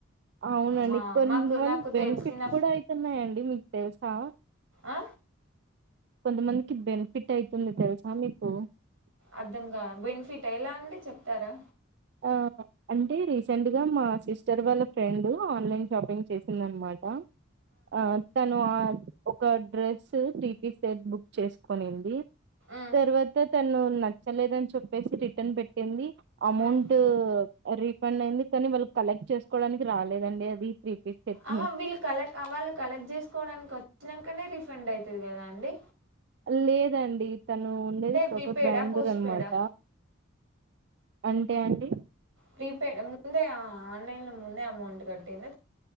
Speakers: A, on the right; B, on the right.
A: అవునండి
B: మా
A: కొంతమంది
B: మాకు నాకు
A: బెనిఫిట్
B: తెలిసిన
A: కూడా అయితున్నాయండి మీకు తెలుసా
B: ఆ
A: కొంతమందికి బెనిఫిట్ అయితుంది తెలుసా మీకు
B: అర్ధంకాలే బెనిఫిట్ ఎలా అండి చెప్తారా
A: ఆ అంటే రీసెంట్గా మా సిస్టర్ వాళ్ళ ఫ్రెండ్ ఆన్లైన్ షాపింగ్ చేసింది అనమాట ఆ తను ఆ ఒక అడ్రస్ త్రీపీస్ సెట్ బుక్ చేసుకొనింది
B: ఉమ్,
A: తర్వాత తను నచ్చలేదని చెప్పేసి రిటర్న్ పెట్టింది అమౌంట్
B: ఉమ్.
A: ట్ రీఫండ్ అయింది కానీ వాళ్ళు కలెక్ట్ చేసుకోవడానికి రాలేదండి అది త్రీ పీస్ సెట్‌ని.
B: ఆహా వీళ్ళు కలెక్ట్ వాళ్ళు కలెక్ట్ చేసుకోవడానికి వచ్చినంకనే రిఫండ్ అయితది కదాండి
A: లేదండి తను ఉండేది ప్రాపర్
B: ప్రీపెయిడా?
A: బెంగళూరు
B: పోస్ట్
A: అనమాట
B: పెయిడా?
A: అంటే అండి
B: ప్రీపేడ్ ముందే ఆ ఆన్లైన్ లో ముందే అమౌంట్ కట్టింద